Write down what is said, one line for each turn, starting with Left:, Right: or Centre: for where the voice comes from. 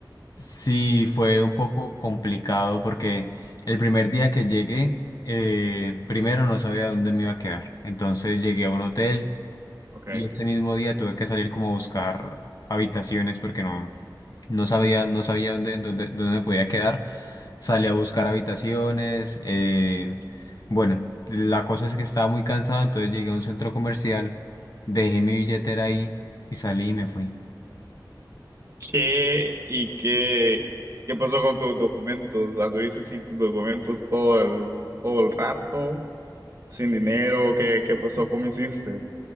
Left: Sí, fue un poco complicado porque el primer día que llegué, eh, primero no sabía dónde me iba a quedar. Entonces llegué a un hotel.
Right: Ok.
Left: Y ese mismo día tuve que salir como a buscar habitaciones porque no, no sabía, no sabía dónde, dónde, dónde me podía quedar. Salí a buscar habitaciones. eh, bueno, la cosa es que estaba muy cansado, entonces llegué a un centro comercial, dejé mi billetera ahí y salí y me fui.
Right: ¿Qué y qué, qué pasó con tus documentos? ¿Anduviste sin tus documentos todo el, todo el rato? ¿Sin dinero? ¿Qué, qué pasó? ¿Cómo hiciste?